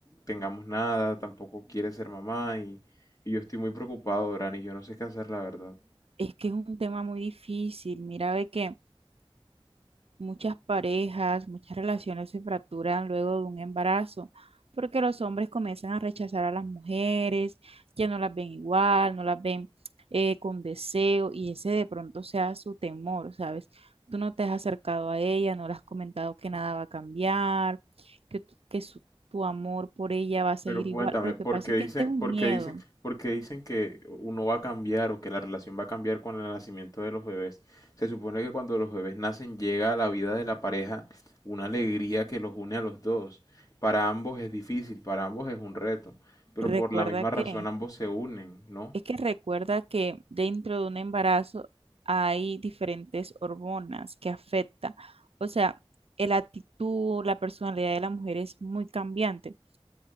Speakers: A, on the left (about 35°); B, on the right (about 75°).
A: tengamos nada, tampoco quiere ser mamá y, y yo estoy muy preocupado, Dorani, yo no sé qué hacer, la verdad.
B: Es que es un tema muy difícil. Mira, ve que Muchas parejas, muchas relaciones se fracturan luego de un embarazo, porque los hombres comienzan a rechazar a las mujeres, ya no las ven igual, no las ven eh, con deseo, y ese de pronto sea su temor, ¿sabes? Tú no te has acercado a ella, no le has comentado que nada va a cambiar, que, tu- que su- tu amor por ella va a seguir
A: Pero cuéntame,
B: igual. Lo
A: ¿por
B: que pasa
A: qué
B: es
A: dicen,
B: que este es un
A: por
B: miedo.
A: qué dicen, por qué dicen que uno va a cambiar o que la relación va a cambiar con el nacimiento de los bebés? Se supone que cuando los bebés nacen llega a la vida de la pareja una alegría que los une a los dos. Para ambos es difícil, para ambos es un reto, pero
B: Recuerda
A: por la misma
B: que
A: razón ambos se unen, ¿no?
B: Es que recuerda que dentro de un embarazo hay diferentes hormonas que afectan. O sea, la actitud, la personalidad de la mujer es muy cambiante